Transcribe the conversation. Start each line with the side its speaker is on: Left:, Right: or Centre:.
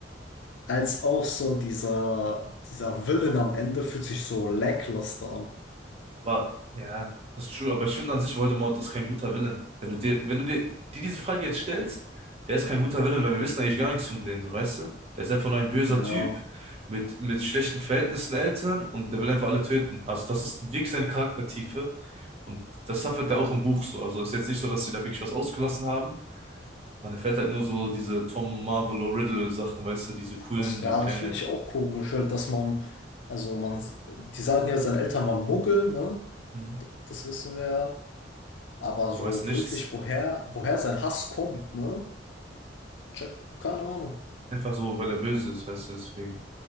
Left: Als auch so dieser dieser Villain am Ende fühlt sich so lackluster an.
Right: Aber ja, das ist true. Aber ich finde an sich, Voldemort ist kein guter Villain. Wenn du dir, wenn du dir die diese Frage jetzt stellst, der ist kein guter Villain, weil wir wissen eigentlich gar nichts von dem, so weißt du? Der ist einfach nur ein böser
Left: Ja,
Right: Typ mit, mit schlechten Verhältnissen Eltern und der will einfach alle töten. Also das ist wirklich seine Charaktertiefe und das suffert er auch im Buch so. Also ist jetzt nicht so, dass sie da wirklich was ausgelassen haben. Man erfährt halt nur so diese Tom Marvolo Riddle Sachen, weißt du, diese coolen,
Left: das ja,
Right: so kleine.
Left: das finde ich auch komisch, halt, dass man also man die sagen ja, seine Eltern waren Muggel, ne?
Right: Mhm.
Left: Das wissen wir ja. Aber
Right: Man
Left: so
Right: weiß nichts.
Left: wirklich, woher, woher sein Hass kommt, ne? Check, keine Ahnung.
Right: Einfach so, weil er böse ist, weißt du, deswegen.